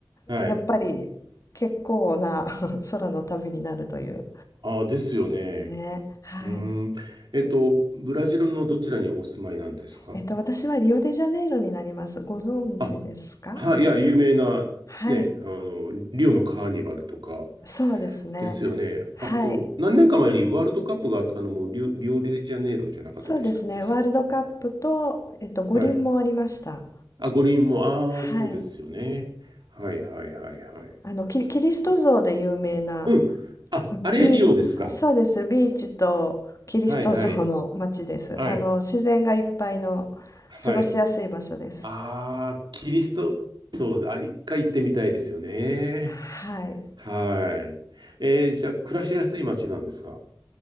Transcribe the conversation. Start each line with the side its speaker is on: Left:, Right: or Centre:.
Right: はい。
Left: やっぱり結構な <laughs> 空の旅になるという
Right: ああ、ですよね。
Left: ですね。はい。
Right: うーん。えっと、ブラジルのどちらにお住まいなんですか
Left: えっと、私はリオデジャネイロになります。ご存知ですかあの、
Right: あ、はい、いや、有名な、
Left: はい。
Right: ね、あの、リオのカーニバルとか
Left: そうですね。
Right: ですよね。
Left: はい。
Right: あと、何年か前にワールドカップがあったのもリオ、リオデジャネイロじゃなかったでしたっけさ。
Left: そうですね。ワールドカップと、えっと、五輪もありました。
Right: はい。あ、五輪も、ああ、
Left: はい。
Right: そうですよね。はいはいはいはい。
Left: あの、キ、キリスト像で有名な、
Right: すうん。あ、あれ、
Left: ビー、
Right: リオですか。
Left: そうです。ビーチとキリスト像の街です。
Right: はいはい。はい。
Left: あの、自然がいっぱいの
Right: はい。
Left: 過ごしやすい場所です。
Right: ああ、キリスト、そうだ。あ一回行ってみたいですよね。
Left: はい。
Right: はい。えー、じゃあ、暮らしやすい街なんですか